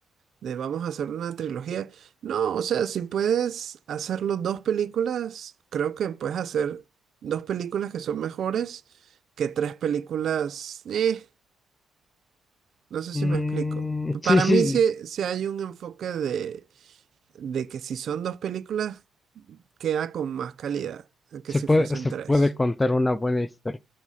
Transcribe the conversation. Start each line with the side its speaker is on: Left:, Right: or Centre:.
Right: de vamos a hacer una trilogía, no, o sea, si puedes hacerlo dos películas, creo que puedes hacer dos películas que son mejores que tres películas. eh, no sé si
Left: Mm,
Right: me explico.
Left: sí,
Right: Para
Left: sí,
Right: mí sí, sí hay un enfoque de, de que si son dos películas, queda con más calidad que
Left: Se
Right: si
Left: puede,
Right: fuesen
Left: se
Right: tres.
Left: puede contar una buena historia.